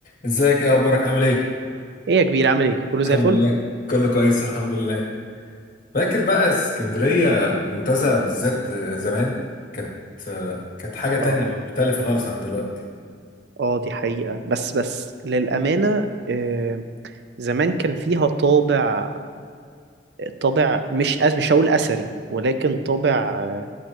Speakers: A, on the left; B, on the right.
A: ازيك ايه اخبارك عامل ايه
B: ايه يا كبير عامل ايه كله
A: الحمد
B: زي الفل
A: لله كله كويس الحمد لله فاكر بقى اسكندرية المنتزه بالذات زمان كانت كانت حاجة تانية
B: اه
A: مختلفة خالص عن دلوقتي
B: اه دي حقيقة بس بس للأمانة آه، زمان كان فيها طابع طابع مش أس- مش هقول أثري ولكن طابع آه،